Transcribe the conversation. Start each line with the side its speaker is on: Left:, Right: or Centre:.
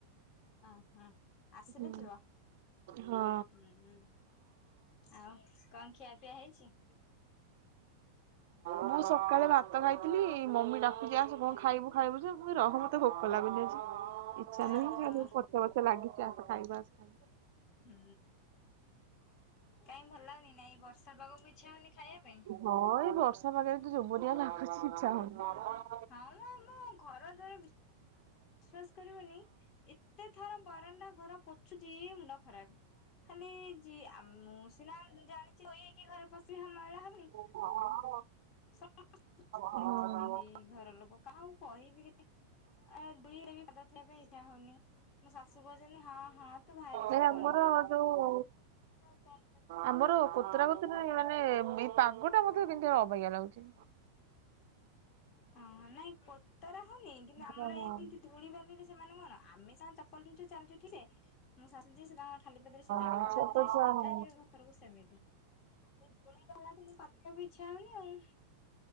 Left: ଓ ହଁ ଆସିଲେ
Right: ହୁଁ
Left: ଯିବ।
Right: ହଁ।
Left: ହୁଁଁ ଆଉ କଣ ଖିଆ ପିଆ ହେଇଛି।
Right: ମୁଁ ସକାଳେ ଭାତ ଖାଇଥିଲି। ମମି ଡାକୁଛି ଆସ କଣ ଖାଇବୁ ଖାଇବୁ ଯେ ମୁଁ କହି ରହମ ମୋତେ ଭୋକ ଲାଗୁନି ଆଜି। ଇଚ୍ଛା ନାହିଁ
Left: ଓହୋ
Right: ଆ ବୋଉ ପଛେ ପଛେ ଲାଗିଛି ଆସ ଖାଇବୁ ଆସ ଖାଇ
Left: ହୁଁ କାଇଁ ଭଲ ଲାଗୁନି। ନା ଏ ବର୍ଷା ପାଗକୁ ଇଚ୍ଛା ହଉନି ଖାଇବା ପାଇଁ।
Right: ହଁ ଏଇ ବର୍ଷା ପାଗରେ ତ ଯୋବନିଆ ଲାଗୁଛି ଇଚ୍ଛା ହଉନି।
Left: ହଁ ଆ ଘର ଦ୍ୱାର ବିଶ୍ୱାସ କରିବନି ଏତେ ଥର ବାରଣ୍ଡା ଘର ପୋଛୁଛି ମୁଣ୍ଡ। ଖରାପ ଖାଲି ଯି ମୁଁ ସିନା ଜାଣି ହେଇକି ଘରେ ପଶି ମଇଳା ହବନି।
Right: <inaudible>
Left: ସ <unintelligible>
Right: ହଁ।
Left: ଘର ଲୋକ କାହାକୁ କହିବି କେତି ଧିରେ ବି ଏ ଏବେ ଏଇଟା ହଉନି ମୋ ଶାଶୁ କହୁଛନ୍ତି ହଁ ହଁ ତୁ ଭାରି ଚିକଣି।
Right: ଏ ଆମର
Left: ଆଉ
Right: ଯୋଉ
Left: କଣ କର
Right: ଆମର କୋତରା କତିରେ ମାନେ ଏଇ ପାଗଟା ମୋତେ କେମତି ଗୋଟେ ଅବାଗିଆ ଲାଗୁଛି।
Left: ଓ ନାଇଁ କୋତରା ହଉନି କିନ୍ତୁ ଆମର
Right: ହଁ
Left: ଏମତି ଧୂଳି ବାଲିରେ ସେମାନେ କଣ ଆମେ ସିନା ଚପଲ ପିନ୍ଧୁଛୁ ଚାଲିଛୁ ଠିକସେ। ମୋ ଶାଶୁ ଯିଏ ଖାଲି ପାଦରେ ସିଧା
Right: ହଁ
Left: ପଦାକୁ
Right: ଛୋଟ
Left: ଯିବେ
Right: ଛୁଆ
Left: ସିଧା
Right: ହଁ।
Left: ଯିବେ ଘରକୁ ସେମିତି। ଆଉ ସେଇ ଧୂଳି <unintelligible> ଇଚ୍ଛା ହଉନି ଆଉ